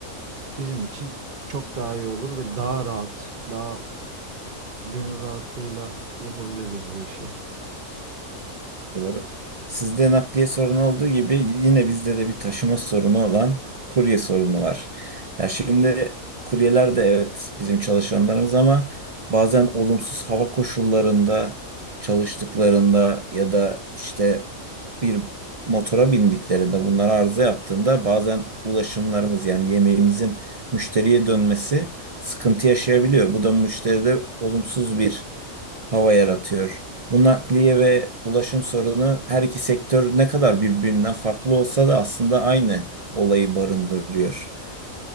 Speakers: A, on the right; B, on the right.
A: bizim için çok daha iyi olur ve daha rahat, daha gönül rahatlığıyla yapabiliriz bu işi.
B: Doğru. Sizde nakliye sorunu olduğu gibi yine bizde de bir taşıma sorunu olan kurye sorunu var. Ya şimdi kuryeler de evet bizim çalışanlarımız ama bazen olumsuz hava koşullarında çalıştıklarında ya da işte bir motora bindiklerinde bunlar arıza yaptığında bazen ulaşımlarımız yani yemeğimizin müşteriye dönmesi sıkıntı yaşayabiliyor. Bu da müşteride olumsuz bir hava yaratıyor. Bu nakliye ve ulaşım sorunu her iki sektör ne kadar birbirinden farklı olsa da aslında aynı olayı barındırıyor.